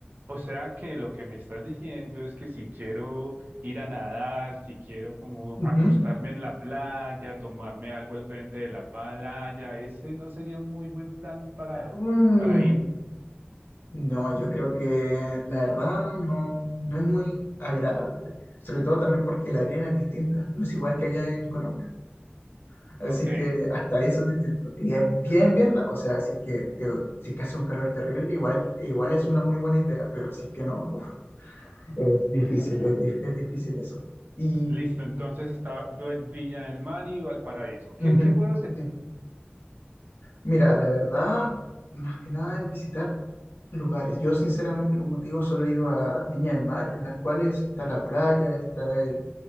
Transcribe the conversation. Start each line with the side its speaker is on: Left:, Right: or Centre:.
Right: O sea que lo que me estás diciendo es que si quiero ir a nadar, si quiero como
Left: Ujú.
Right: acostarme en la playa, tomarme algo al frente de la playa, ese no sería un muy buen plan para,
Left: Mm,
Right: para ir.
Left: no, yo creo que la verdad no, no es muy agradable. Sobre todo también porque la arena es distinta, no es igual que allá en Colombia. Así
Right: Ok,
Left: que hasta eso es distinto. Y es bien, bien, la- o sea, si es que, te, si es que hace un calor terrible, igual, igual es una muy buena idea, pero si es que no, uff. Es difícil, es, dif- es difícil eso. Y
Right: listo. Entonces está Vi- Villa del Mar y Valparaíso. ¿Qué,
Left: ujú,
Right: qué puedo hacer?
Left: sí. Mira, la verdad, más que nada es visitar lugares. Yo sinceramente, como te digo, solo he ido a Viña del Mar, en las cuales está la playa, está el